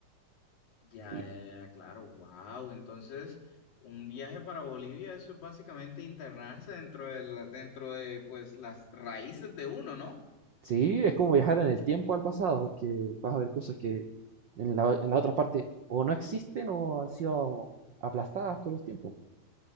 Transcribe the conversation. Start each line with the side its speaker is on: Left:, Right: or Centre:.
Left: Ya,
Right: Y
Left: ya, ya, claro, wow. Entonces, un viaje para Bolivia, eso es básicamente internarse dentro de, la- dentro de pues las raíces de uno, ¿no?
Right: sí, es como viajar en el tiempo al pasado, porque vas a ver cosas que en la, en la otra parte o no existen o han sido aplastadas con los tiempos.